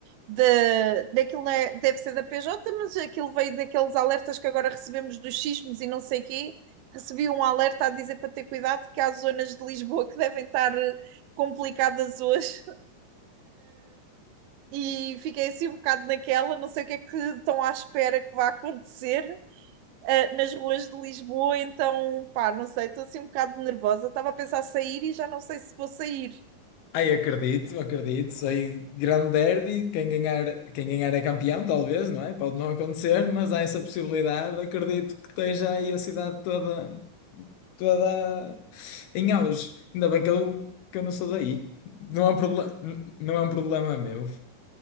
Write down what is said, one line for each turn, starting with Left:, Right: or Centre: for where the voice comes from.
Right: de daquilo não é- deve ser da PJ, mas aquilo veio daqueles alertas que agora recebemos dos sismos e não sei quê. Recebi um alerta a dizer para ter cuidado que há zonas de Lisboa que devem estar eh, complicadas hoje <laughs> e fiquei assim um bocado naquela, não sei o que é que estão à espera que vá acontecer. uh, nas ruas de Lisboa, então, pá, não sei, estou assim um bocado nervosa. Estava a pensar sair e já não sei se vou sair.
Left: Ai, acredito, acredito. Sei grande derby, quem ganhar, quem ganhar é campeão, talvez, não é? Pode não acontecer, mas há essa possibilidade. Acredito que esteja aí a cidade toda, toda em auge. Ainda bem que eu, que eu não sou daí. Não é um problema, não é um problema meu.